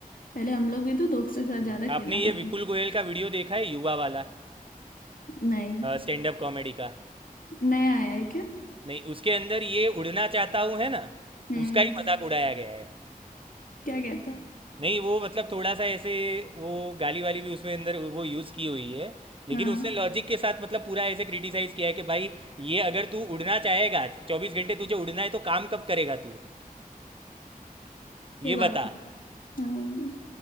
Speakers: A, on the left; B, on the right.
A: पहले हम लोग भी तो दोस्तों के साथ ज्यादा
B: हाँ,
A: खेलना
B: आपने ये
A: पसंद
B: विपुल गोयल का वीडियो देखा है युवा वाला
A: नहीं
B: स्टैंड अप कॉमेडी का
A: नया आया है क्या
B: नहीं उसके अंदर ये उड़ना चाहता हूँ है ना
A: हम्म
B: उसका ही मजाक उड़ाया गया है
A: क्या कहता
B: नहीं वो मतलब थोड़ा सा ऐसे वो गाली वाली भी उसमें अंदर वो यूज़ की हुई है लेकिन
A: हाँ
B: उसने लॉजिक के साथ मतलब पूरा ऐसे क्रिटिसाइज किया है कि भाई ये अगर तू उड़ना चाहेगा चौबीस घंटे तुझे उड़ना है तो काम कब करेगा तू ये
A: ये बात
B: बता
A: हाँ